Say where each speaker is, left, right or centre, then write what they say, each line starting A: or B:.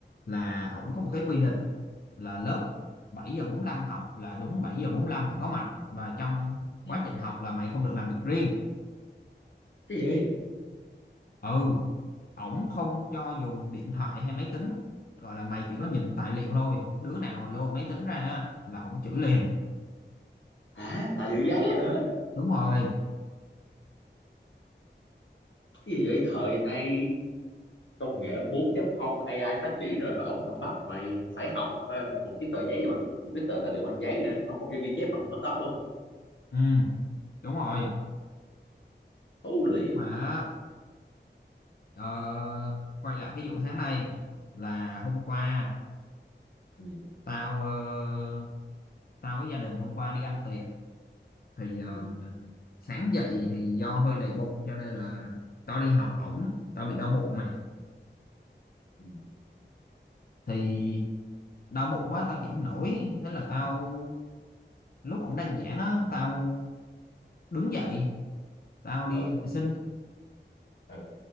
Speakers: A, on the left; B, on the left.
A: là ổng có một cái quy định là lớp 7 giờ 45 học là đúng 7 giờ 45 phải có mặt và trong
B: ừ.
A: quá trình học là mày không được làm việc riêng
B: Cái gì?
A: ừ ổng không cho dùng điện thoại hay máy tính gọi là mày chỉ có nhìn tài liệu thôi đứa nào mà lôi máy tính ra á, là ổng chửi liền
B: Hả? Tài liệu giấy hả?
A: đúng rồi
B: Cái gì vậy? Thời nay công nghệ 4.0 AI phát triển rồi mà ổng còn bắt mày phải học ờ, một cái tờ giấy bằng một cái tờ tài liệu bằng giấy hả? Ổng không cho ghi chép bằng bằng laptop luôn.
A: ừ đúng rồi
B: Holy.
A: nhưng mà ờ, quay lại cái vụ sáng nay là hôm qua
B: Ừ.
A: tao ờ, tao với gia đình hôm qua đi ăn tiệc thì ờ,
B: Ừ.
A: sáng dậy thì do hơi đầy bụng cho nên là tao đi học ổng tao bị đau bụng mày
B: Ừ.
A: thì đau bụng quá tao chịu không nổi thế là tao lúc ổng đang giảng á tao đứng dậy tao đi
B: Ừ.
A: vệ sinh
B: Ừ.